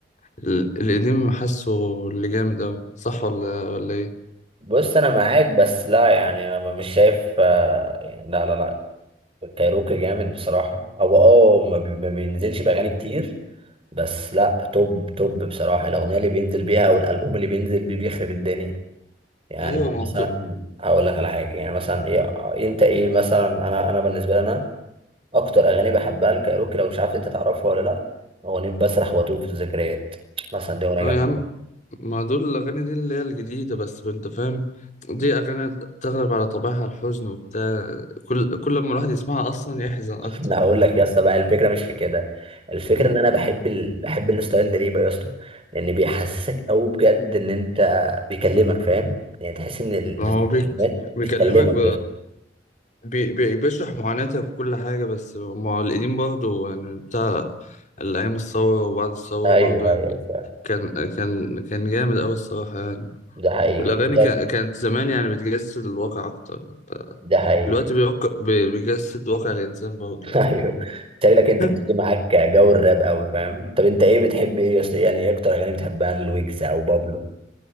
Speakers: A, on the left; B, on the right.
A: ال- القديم حاسه اللي جامد أوي صح ولا ولا إيه؟
B: بص أنا معاك بس لا يعني أنا مش شايف آه، يعني لا لا لا الكايروكي جامد بصراحة هو أه ما بي- ما بينزلش بأغاني كتير بس لا توب توب بصراحة الأغنية اللي بينزل بيها أو الألبوم اللي بينزل بيه بيخرب الدنيا يعني
A: أيوة
B: أنا
A: موضوع
B: مثلا هقول لك على حاجة يعني مثلا إيه آه، أنت إيه مثلا أنا أنا بالنسبة لي أنا اكتر اغاني بحبها لكايروكي لو مش عارف انت تعرفها ولا لا اغنيه بسرح واتوه في الذكريات مثلا دي اغنيه
A: اه
B: جامده
A: يا عم ما دول الأغاني دي اللي هي الجديدة بس أنت فاهم دي أغاني تغلب على طبعها الحزن وبتاع كل كل لما الواحد يسمعها أصلا يحزن
B: <laughs>
A: أكتر
B: انا هقول لك يا اسطى بقى الفكره مش في كده الفكره
A: مم.
B: ان انا بحب ال... بحب الستايل ده ليه بقى يا اسطى لان بيحسسك قوي بجد ان انت بيكلمك فاهم يعني تحس ان ال-
A: ما هو بيك
B: الكلمات
A: بيكلمك
B: بتكلمك
A: ب...
B: يا اسطى
A: بي... بي... بيشرح معاناتك وكل حاجة بس ما هو القديم برضه يعني بتاع الأيام الثورة وبعد الثورة
B: ايوه
A: برضه يعني
B: ايوه فعلا.
A: كان كان كان جامد أوي الصراحة يعني
B: ده حقيقي
A: والأغاني
B: انت شايف
A: كان... كانت زمان يعني بتجسد الواقع أكتر
B: ده حقيقي
A: دلوقتي بيوق... بي- بيجسد واقع الإنسان برضه
B: <laughs>
A: يعني
B: ايوه شكلك انت بتيجي
A: <laughs>
B: معاك جو الراب قوي فاهم طب انت ايه بتحب ايه يا اسطى يعني ايه اكتر اغاني بتحبها لويجز او بابلو